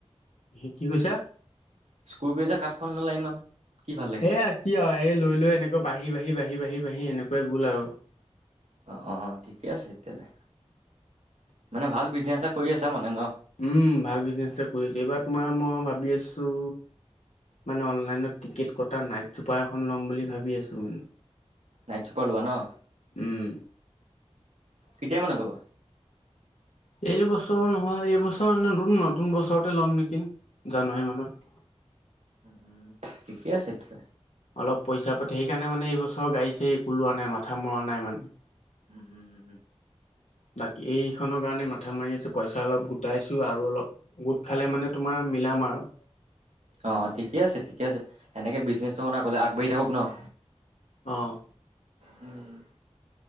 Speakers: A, on the left; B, on the right.
A: হি কি কৈছা?
B: স্কুৰব্ৰেজাৰ সাতখন ললা ইমান। কি ভাল লাগিলে
A: এয়া কি আৰু এই লৈ লৈ, এনেকুৱা বাঢ়ি বাঢ়ি বাঢ়ি বাঢ়ি বাঢ়ি এনেকুৱাই গ'ল আৰু।
B: অ', অ' ঠিকে আছে তেতিয়াহ'লে। মানে ভাল বিজনেছ এটা কৰি আছা মানে ন'?
A: উম, ভাল বিজনেছ টা কৰি আছোঁ। এইবাৰ তোমাৰ মই ভাবি আছোঁ মানে অনলাইনত টিকেট কটা নাইট চুপাৰ এখন ল'ম বুলি ভাবি আছোঁ মানে।
B: নাইট চুপাৰ ল'বা ন'?
A: উম।
B: কেতিয়া মানত ল'বা?
A: এইবছৰ নহয়, এইবছৰ নতুন নতুন বছৰতে ল'ম নেকি জানুৱাৰী মানত।
B: উ, উম, ঠিকে আছে তে।
A: অলপ পইচা পাতি, সেইকাৰণোনে এইবছৰ গাড়ী চাড়ী ওলোৱা নাই, মথা মৰা নাই মানে।
B: উম, উম, উম, উম।
A: বাকী এইখনৰ কাৰণে মাথা মাৰি আছোঁ, পইচা অলপ গোটাইছোঁ আৰু অলপ গোট খালে মানে তোমাৰ মিলাম আৰু।
B: অ' ঠিকে আছে ঠিকে আছে। এনেকে বিজনেছ কথা ক'লে আগবাঢ়ি থাকক ন'?
A: অঁ।
B: উম।